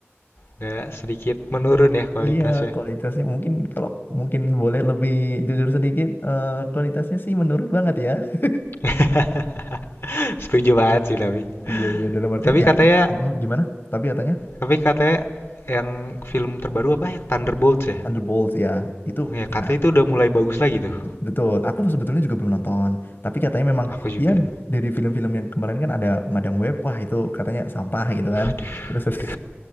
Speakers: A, on the left; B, on the left.
A: nggak sedikit menurun ya kualitasnya.
B: iya kualitasnya mungkin kalau mungkin boleh lebih jujur sedikit eh, kualitasnya sih menurun banget ya. <laughs>
A: <laughs> Setuju banget sih tapi.
B: Iya iya dalam artian
A: Tapi katanya,
B: ya heeh, gimana? Tapi katanya
A: tapi katanya yang film terbaru apa yang Thunderbolts ya?
B: Thunderbolts ya itu
A: Ya katanya
B: ya
A: itu udah mulai bagus lagi tuh.
B: bet- betul. Aku sebetulnya juga belum nonton. Tapi katanya memang
A: Aku juga
B: ya dari film-film yang kemarin kan ada Madam Web wah itu katanya sampah gitu kan.
A: Aduh,
B: Terus <laughs>
A: itu